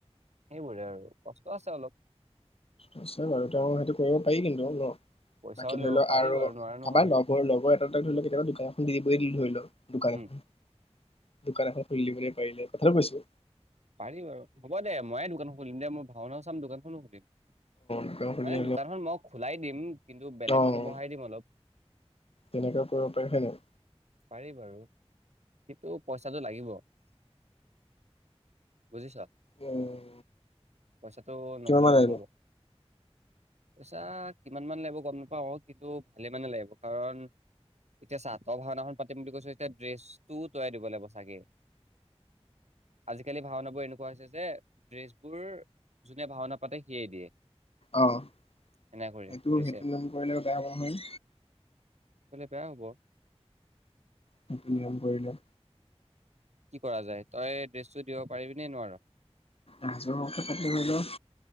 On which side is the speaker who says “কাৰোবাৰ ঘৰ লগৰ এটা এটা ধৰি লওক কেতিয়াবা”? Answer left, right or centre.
Left